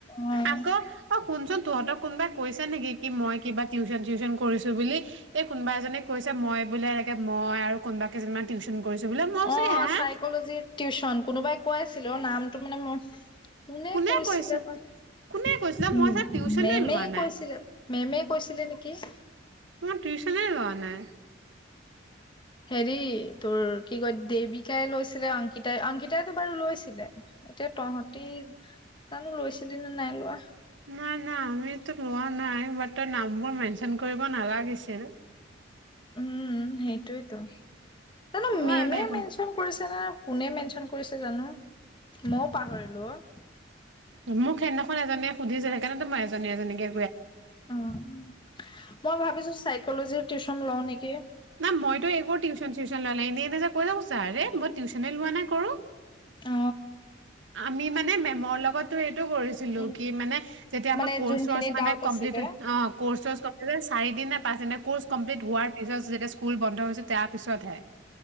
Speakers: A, on the left; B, on the right.
A: অ',
B: আকৌ অ শুনচোন তহঁতক কোনোবাই কৈছে নেকি কি মই কিবা টিউচন-চিউচন কৰিছো বুলি, এই কোনোবা এজনে কৈছে মই বোলে এনেকে মই আৰু কোনোবা কেইজনমান টিউচন কৰিছো বোলে মই ভাবিছো
A: অ'
B: হা
A: চাইকলজিৰ টিউচন কোনোবাই কৈ ছিলো নামটো মানে মোৰ কোনে
B: কোনে
A: কৈছিলে
B: কৈছে
A: বা উ,
B: কোনে কৈছিলে মই ছাৰ টিউচনে
A: মেমে'
B: লোৱা নাই
A: কৈছিলে মেমে কৈছিলে নেকি?
B: মই টিউচনে লোৱা নাই,
A: হেৰি, তোৰ কি কয় দেৱিকাই লৈছিলে, অংকিতাই-অংকিতাইতো বাৰু লৈছিলে এতিয়া তহঁতি জানো লৈছিলি নে, নাই লোৱা।
B: নাই-নাই আমিতো লোৱা নাই, বাট তই নামবোৰ মেনচন কৰিব নালাগিছিল।
A: উম ' সেইটোৱেইতো। জানো
B: হ'ব
A: মেমে'
B: আৰু দে একো
A: মেনচন
B: নাই।
A: কৰিছে নে? কোনে মেনচন কৰিছে? জানো মইও পাহৰিলো। অ'
B: মোক সেইদিনাখন এজনিয়ে সুধিছিল সেইকাৰনে মই এজন-এজনীকৈ
A: অ' মই ভাবিছো চাইকলজিৰ টিউচন লওঁ নেকি?
B: না মইটো একো টিউচন চিউচন লোৱা নাই এনে এনে যে কৈ থাকে বুলু আৰে, টিউচনে ‌লোৱা নাই কাৰো।
A: অ।
B: আমি মানে মেমৰ, অ লগত, কৰিছিলো
A: অ
B: কি মানে যেতিয়া আমাৰ
A: মানে
B: কোৰ্চ
A: যোনখিনি
B: চৰ্চ মানে
A: ডাউট
B: কম্লিট
A: আছিলে
B: হয় অ কোৰ্চ চৰ্চ কমপ্লিট চাৰিদিন নে? পাছ। কোৰ্চ কমপ্লিট হোৱাৰ পিছত যেতিয়া স্কুল বন্ধ হৈছে, তাৰ পিছতহে,